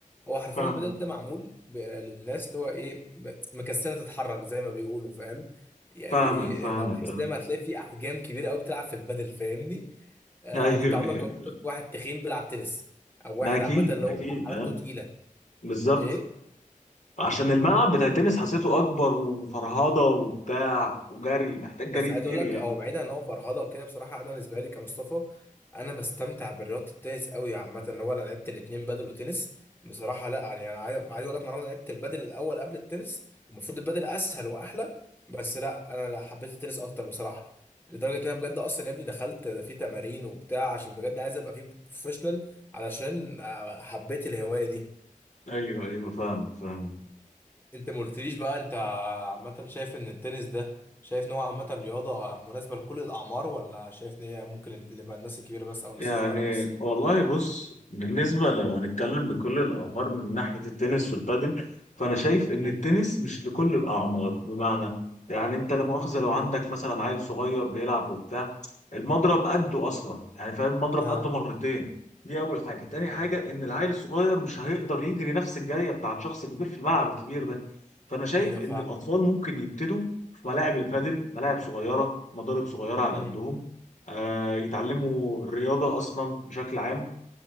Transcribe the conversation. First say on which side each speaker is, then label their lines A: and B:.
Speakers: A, on the left; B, on the left.
A: هو حرفيا
B: فاهم
A: البدل ده معمول ب- للناس اللي هو ايه ب- مكسله تتحرك زي ما بيقولوا فاهم يعني
B: فاهمك
A: ايه
B: فاهمك
A: لو تحس
B: اه
A: دايما هتلاقي في احجام كبيره قوي بتلعب في البدل فاهمني
B: <laughs>
A: آه،
B: ايوه
A: يعني انت عمرك
B: ايوه
A: ما شفت
B: فاهم.
A: واحد تخين بيلعب تنس او
B: ما
A: واحد
B: اكيد
A: عامه اللي هو
B: اكيد
A: حركته
B: اه
A: تقيله
B: بالظبط
A: ايه
B: عشان الملعب بتاع التنس حسيته اكبر وفرهضه وبتاع وجري محتاج
A: بس
B: جري
A: عايز
B: كتير
A: اقول لك
B: يعني
A: هو بعيدا ان هو فرهده وكده بصراحه انا بالنسبه لي كمصطفى انا بستمتع برياضه التنس قوي عامه ان هو انا لعبت الاثنين بدل وتنس بصراحه لا يعني انا عايز عايز اقول لك مره انا لعبت البدل الاول قبل التنس ومفروض البدل اسهل واحلى بس لا انا لا حبيت التنس اكتر بصراحه لدرجه ان انا بجد اصلا يا ابني دخلت في تمارين وبتاع عشان بجد عايز ابقى فيه بروفيشنال علشان آه، حبيت الهوايه دي
B: ايوه ايوه فاهم فاهم
A: انت ما قلتليش بقى انت عامة شايف ان التنس ده شايف ان هو عامة رياضة مناسبة لكل الأعمار ولا شايف ان هي ممكن تبقى الناس الكبيرة بس أو الناس
B: يعني
A: الصغيرة بس؟
B: والله بص بالنسبة لو هنتكلم لكل الأعمار من ناحية التنس والبادل فأنا شايف إن
A: هم.
B: التنس مش لكل الأعمار بمعنى يعني أنت لا مؤاخذة
A: هم.
B: لو عندك مثلا عيل صغير بيلعب وبتاع المضرب قده أصلا يعني فاهم المضرب
A: ها
B: قده مرتين دي أول حاجة تاني
A: تمام
B: حاجة إن العيل الصغير مش هيقدر يجري نفس الجرية بتاعت شخص كبير في الملعب الكبير ده فأنا شايف
A: أيوه
B: إن
A: فاهمك
B: الأطفال ممكن يبتدوا في ملاعب البادل ملاعب صغيرة مضارب صغيرة على
A: هم.
B: قدهم آه، يتعلموا الرياضة أصلا بشكل عام